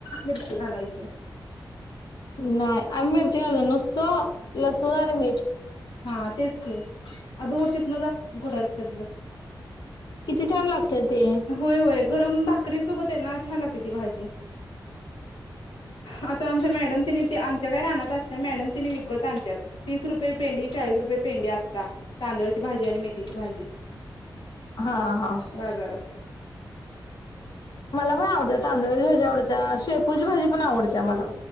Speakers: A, on the left; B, on the left.
A: मिरची घालायची.
B: नाही आम्ही मिरची घालून नुसत. नुसतं लसूण आणि मीठ.
A: हा तेच की आदुगरची. इथनं जा. घोड्यावर खेळ जा जा.
B: किती छान लाग त ते.
A: होय होय गरम भाकरी सोबत हाये ना छान लागते ती भाजी. आता आमच्या मॅड डम तेनी आमच्या काय रानात असत्या, मॅडम तेनी विकत आणत्यात. तीस रुपये पेंडी, चाळीस रुपये पेंडी आता, तांदळची भाजी आणि मेथीची भाजी
B: हा हा
A: बाजारात
B: मला पण आवडतं तांदळची भाजी आवडत्या, शेपूची भाजी पण आवडत्या मला.